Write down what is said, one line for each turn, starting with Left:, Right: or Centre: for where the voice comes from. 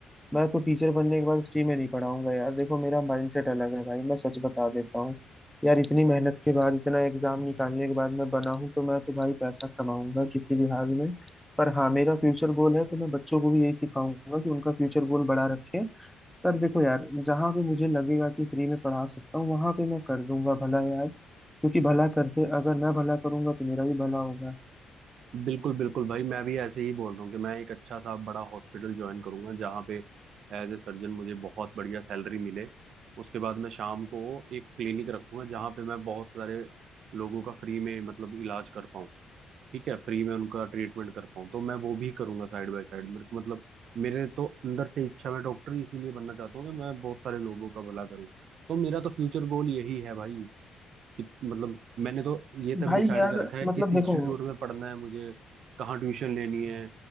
Centre: मैं तो टीचर बनने के बाद फ्री में नहीं पढ़ाऊंगा यार देखो मेरा माइंडसेट अलग है भाई मैं सच बता देता हूँ यार इतनी मेहनत के बाद इतना एग्जाम निकालने के बाद मैं बना हूँ तो मैं तो भाई पैसा कमाऊंगा किसी भी हाल में पर हाँ मेरा फ्यूचर गोल है तो मैं बच्चों को भी यही सिखाऊंगा कि उनका फ्यूचर गोल बड़ा रखें पर देखो यार जहाँ पे मुझे लगेगा कि फ्री में पढ़ा सकता हूँ वहां पे मैं कर दूंगा भला यार क्योंकि भला करते अगर मैं भला करूंगा तो मेरा भी भला होगा
Right: बिल्कुल बिल्कुल भाई मैं भी ऐसे ही बोल रहा हूँ कि मैं एक अच्छा सा बड़ा हॉस्पिटल ज्वाइन करूंगा जहाँ पे एज ए सर्जन मुझे बहुत बढ़िया सैलरी मिले उसके बाद मैं शाम को एक क्लिनिक रखूंगा जहाँ पे मैं बहुत सारे लोगों का फ्री में मतलब इलाज कर पाऊँ ठीक है फ्री में उनका ट्रीटमेंट कर पाऊँ तो मैं वो भी करूंगा साइड बाय साइड मेरे को मतलब मेरे तो अंदर से इच्छा मैं डॉक्टर ही इसीलिए बनना चाहता हूँ कि मैं बहुत सारे लोगों का भला करूँ तो मेरा तो फ्यूचर गोल यही है भाई कि मतलब मैंने तो ये तक
Centre: भाई
Right: डिसाइड
Centre: यार
Right: कर रखा है किस
Centre: मतलब
Right: इंस्टीट्यूट
Centre: देखो
Right: में पढ़ना है मुझे कहाँ ट्यूशन लेनी है